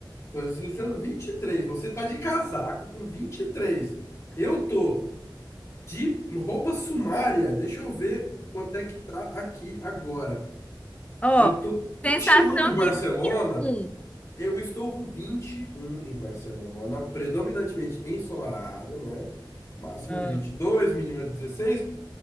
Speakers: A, on the left; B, on the left.
A: Tô deslizando 23. Você tá de casaco com 23. Eu tô de roupa sumária. Deixa eu ver quanto é que tá aqui agora.
B: <laughs> Ó,
A: Eu tô com 21
B: sensação
A: em Barcelona.
B: de 21.
A: Eu estou com 21 em Barcelona, predominantemente ensolarado, né? Máxima
B: Ah,
A: de 22, mínima de 16.